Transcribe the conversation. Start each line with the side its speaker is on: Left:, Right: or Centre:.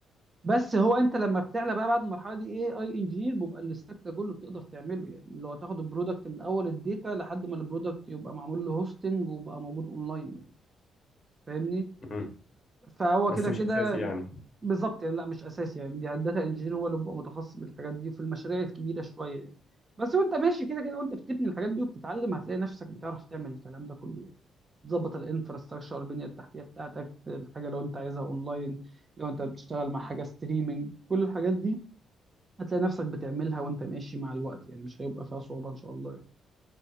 Right: بس هو انت لما بتعلى بقى بعد المرحله دي اي اي انجينير بيبقى الستاك ده كله بتقدر تعمله يعني اللي هو تاخد البرودكت من اول الداتا لحد ما البرودكت يبقى معمول له هوستنج وبقى موجود اونلاين يعني فاهمني
Left: مم.
Right: فهو
Left: بس
Right: كده
Left: مش
Right: كده
Left: أساسي يعني
Right: بالظبط يعني لا مش اساسي يعني دي الداتا انجينير هو اللي بيبقى متخصص بالحاجات دي في المشاريع الكبيره شويه يعني بس وانت ماشي كده كده وانت بتبني الحاجات دي وبتتعلم هتلاقي نفسك بتعرف تعمل الكلام ده كله يعني تظبط الانفراستراكشر البنيه التحتيه بتاعتك الحاجه لو انت عايزها اونلاين لو انت بتشتغل مع حاجه ستريمنج كل الحاجات دي هتلاقي نفسك بتعملها وانت ماشي مع الوقت يعني مش هيبقى فيها صعوبه ان شاء الله يعني